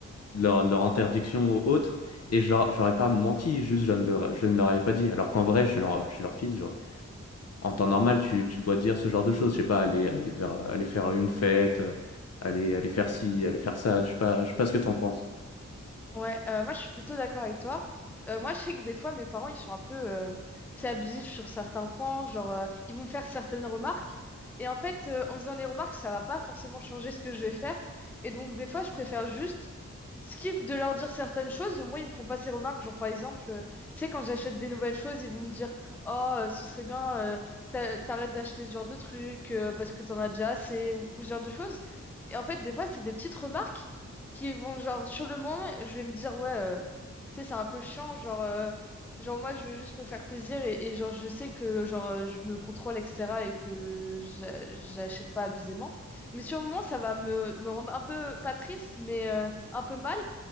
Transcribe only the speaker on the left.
de leur, de leur interdiction ou autre. Et je leur- j'aurais pas menti, juste je ne leur, je ne leur avais pas dit. Alors qu'en vrai, je suis leur, je suis leur fils. j'aurais- En temps normal, tu, tu dois dire ce genre de choses. Je sais pas, aller, aller vers, aller faire une fête, euh, aller, aller faire ci, aller faire ça. Je sais pas, je sais pas ce que t'en penses.